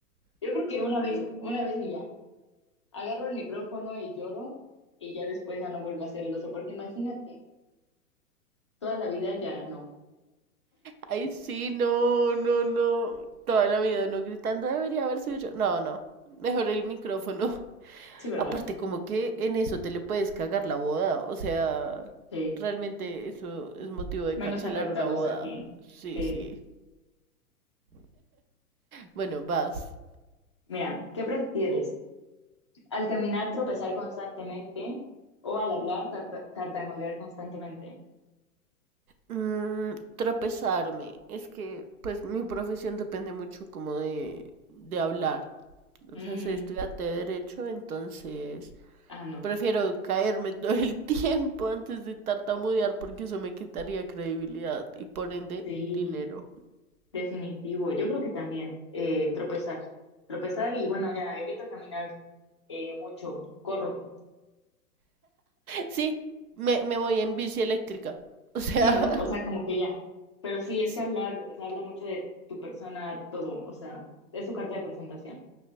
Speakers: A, on the left (about 25°); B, on the right (about 70°).
A: Yo creo que una vez, una vez y ya. Agarro el micrófono y lloro y ya después ya no vuelvo a ser el oso, porque imagínate, toda la vida ya no.
B: Ay, sí, no, no, no. Toda la vida no gritando, debería haber sido yo. No, no. Mejor el micrófono.
A: Sí, ¿verdad?
B: Aparte, como que en eso te le puedes cagar la boda. O sea,
A: Sí.
B: realmente eso es motivo de
A: Menos
B: cancelar
A: afectados
B: una boda.
A: aquí.
B: Sí,
A: Sí.
B: sí. Bueno, vas.
A: Mira, ¿qué prefieres? ¿Al caminar tropezar constantemente o al hablar tarta- tartamudear constantemente?
B: Mm, tropezarme. Es que, pues, mi profesión depende mucho como de, de hablar.
A: Mm,
B: O sea, soy estudiante de derecho, entonces
A: Ah, no.
B: prefiero caerme <laughs> todo el tiempo antes de tartamudear porque eso me quitaría credibilidad y por ende
A: Sí,
B: dinero.
A: definitivo. Yo creo que también eh, tropezar. Tropezar y bueno, ya evito caminar eh, mucho, corro.
B: Sí, me, me voy en bici eléctrica. O sea,
A: Sí, ¿no? O sea, como que ya. Pero sí, es
B: Sí,
A: que hablar, o sea, habla mucho de tu persona, todo. O sea, es tu carta de presentación.